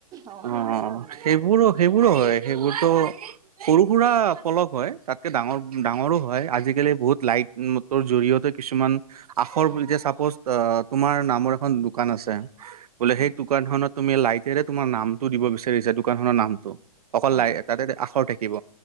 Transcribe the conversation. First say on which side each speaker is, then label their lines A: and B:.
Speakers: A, on the right; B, on the right.
A: অ
B: অঁ'
A: সেইবিলাকো বনাই
B: সেইবোৰো সেইবোৰো হয় সেইবোৰতো সৰু
A: উম
B: সুৰা- ফলক হয়, তাতকে ডাঙৰ ডাঙৰো হয়। আজিকালি বহুত লাইট মটৰ জৰিয়তে কিছুমান- আখৰ
A: উম
B: বুলি যে চাপ'জ তোমাৰ নামৰ এখন
A: উম
B: দোকান আছে বোলে
A: উম
B: সেই
A: উম
B: দোকানখনত- তুমি লাইটেৰে তোমাৰ নামটো দিব বিচাৰিছা দোকানখনৰ নামটো- অকল
A: অ
B: লাই তাতে আখৰ থাকিব।